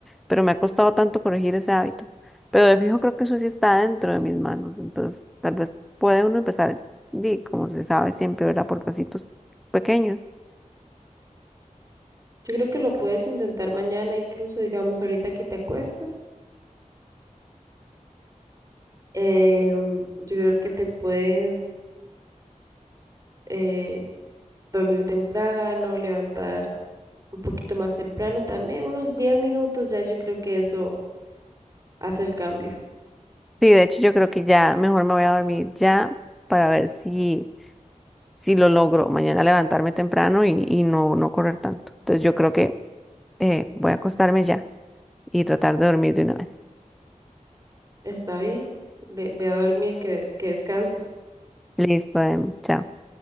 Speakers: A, in the centre; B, on the right.
A: Pero me ha costado tanto corregir ese hábito. Pero de fijo creo que eso sí está dentro de mis manos. Entonces, tal vez puede uno empezar, di, como se sabe siempre, ¿verdad? Por pasitos pequeños.
B: Yo creo que lo puedes intentar mañana, incluso digamos ahorita que te acuestas. em, yo creo que te puedes eh, dormir temprano, levantar un poquito más temprano también, unos 10 minutos ya yo creo que eso hace el cambio.
A: Sí, de hecho, yo creo que ya mejor me voy a dormir ya para ver si si lo logro mañana levantarme temprano y, y no, no correr tanto. Entonces yo creo que eh, voy a acostarme ya y tratar de dormir de una vez.
B: Está bien, ve, ve a dormir, que, que descanses.
A: Listo, Em, chao.